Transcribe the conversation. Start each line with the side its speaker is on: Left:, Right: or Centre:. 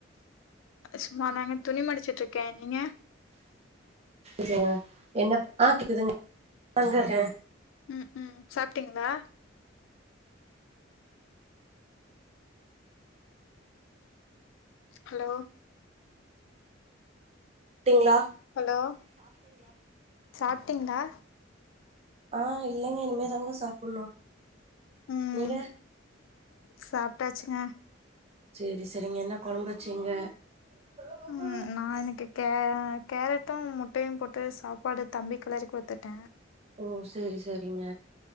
Left: சும்மா தாங்க துணி மடிச்சிட்ருக்க நீங்க
Right: சரியா என்ன ஆ கேக்குதுங்க தங்கர்ற
Left: ம் ம் சாப்ட்டீங்ளா ஹலோ
Right: கேக்குங்ளா
Left: ஹலோ சாப்ட்டீங்ளா
Right: ஆ இல்லங்க இனிமேதாங்க சாப்புன்னோ
Left: ம்
Right: நீங்க
Left: சாப்ட்டாச்சுங்க
Right: சேரி செரிங்க என்ன கொழம்பு வச்சீங்க உ
Left: ம் நா அவுனுக்கு கே கேரட்டும் முட்டயும் போட்டு சாப்பாடு தம்பிக் கிளறி குடுத்துட்ட
Right: ஓ செரி செரிங்க